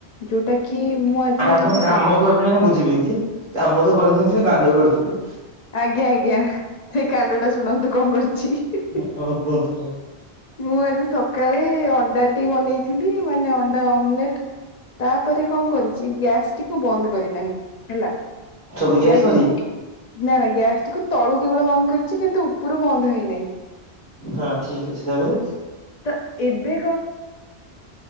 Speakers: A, on the left; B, on the right.
A: ଯୋଉଟା କି ମୁଁ ଆଜି
B: ନା ଆପଣ
A: ସେ
B: କାମ କରିଥିବେ ନା ବୁଝିପାଇଲି କାମ ତ କରିନଥିବେ କାଣ୍ଡ କରିଥିବେ।
A: ଆଜ୍ଞା ଆଜ୍ଞା। ସେ କାଣ୍ଡ ଟା ଶୁଣନ୍ତୁ କଣ କରିଛି?
B: ହଁ କୁହନ୍ତୁ କୁହନ୍ତୁ
A: ମୁଁ ଆଜି ସକାଳେ ଅଣ୍ଡାଟି ବନେଇ ଥିଲି ମାନେ ଅଣ୍ଡା ଅମଲେଟ ତାପରେ କଣ କରିଥି ଚି, ଗ୍ୟାସ ଟିକୁ ବନ୍ଦ କରିନାହିଁ ହେଲା।
B: ସବୁ ଗ୍ୟାସ୍
A: ଗ୍ୟାସ
B: ସରି
A: ଟିକୁ ନା ନା ଗ୍ୟାସ ଟିକୁ ତଳୁ କେବଳ ବନ୍ଦ କରିଛି, କିନ୍ତୁ ଉପରୁ ବନ୍ଦ ହେଇନାହିଁ।
B: ହଁ ଠିକ ଅଛି ତାପରେ।
A: ତ ଏବେ